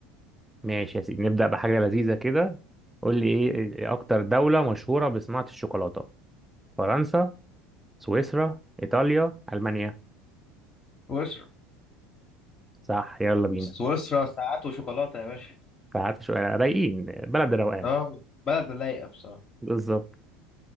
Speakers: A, in the centre; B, on the left (about 30°).
A: ماشي يا سيدي نبدأ بحاجة لذيذة كده قول لي إيه إيه أكتر دولة مشهورة بصناعة الشوكولاتة؟ فرنسا، سويسرا، إيطاليا، ألمانيا
B: سويسرا
A: صح يلا بينا
B: سويسرا ساعات وشوكولاتة يا باشا
A: فهات شوية رايقين بلد الروقان
B: اه بلد لايقة بصراحة
A: بالظبط